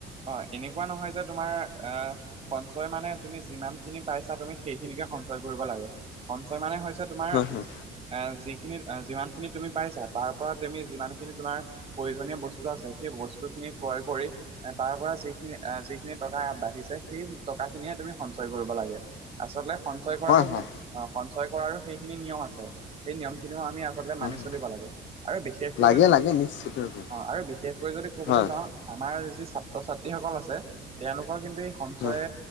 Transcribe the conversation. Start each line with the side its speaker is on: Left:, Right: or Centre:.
Right: অ এনেকুৱা নহয় যে তোমাৰ আ সঞ্চয় মানে তুমি যিমান খিনি পাইছা তুমি সেইখিনিকে সঞ্চয় কৰিব লাগে, সঞ্চয় মানে হৈছে যে তোমাৰ
Left: হয় হয়
Right: এহ যিখিনি যিমান খিনি তুমি পাইছা তাৰ পৰা তুমি যিমান খিনি তোমাৰ প্ৰয়োজনীয় বস্তু আছে, সেই বস্তু খিনি ক্ৰয় কৰি এ তাৰ পৰা যিখিনি এ যিখিনি টকা বাঢ়িছে সেই টকাখিনিয়ে তুমি সঞ্চয় কৰিব লাগে। আচলতে সঞ্চয় কৰাৰো
Left: হয়
Right: পিছত
Left: হয়
Right: অ সঞ্চয় কৰাৰো সেইখিনি নিয়ম আছে সেই নিয়ম খিনিও আমি আ-
Left: হয়
Right: মানি
Left: হয়
Right: চলিব লাগে আৰু বিশেষকৈ
Left: লাগে
Right: যদি
Left: লাগে নিশ্চিত ৰূপে
Right: অ আৰু বিশেষকৈ যদি ক'বলৈ
Left: হয়
Right: যাওঁ। আমাৰ যি ছাত্ৰ ছাত্ৰীসকল আছে তেওঁলোকৰ কিন্তু এই সঞ্চয়ে
Left: হয়